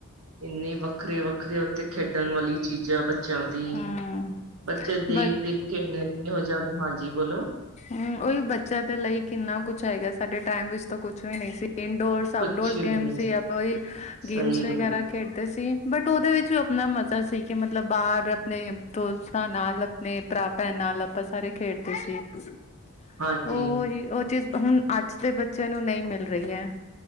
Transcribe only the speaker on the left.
ਹਮ
ਬ
ਹੂੰ, ਉਹੀ ਬੱਚਿਆਂ ਦੇ ਲਈ ਕਿੰਨਾ ਕੁਛ ਹੈਗਾ ਸਾਡੇ ਟਾਈਮ ਵਿੱਚ ਤਾਂ ਕੁਛ ਵੀ ਨਹੀਂ ਸੀ। ਇੰਡੋਰਸ
ਆਊਟਡੋਰ
ਗੇਮ
ਸੀ ਆਪਾਂ ਉਈ ਗੇਮਸ
ਵਗੈਰਾ
ਖੇਡਦੇ ਸੀ ਬਟ ਉਹਦੇ ਵਿੱਚ ਆਪਣਾ ਮਜ਼ਾ ਸੀ ਕਿ ਮਤਲਬ ਬਾਹਰ ਆਪਣੇ ਦੋਸਤਾਂ ਨਾਲ ਆਪਣੇ ਭਰਾ ਭੈਣ ਨਾਲ ਆਪਾਂ ਸਾਰੇ ਖੇਡਦੇ ਸੀ। ਉਹ
ਜੇ ਉਹ ਚੀਜ਼ ਹੁਣ ਅੱਜ ਦੇ ਬੱਚਿਆਂ ਨੂੰ ਨਹੀਂ ਮਿਲ ਰਹੀ ਐ।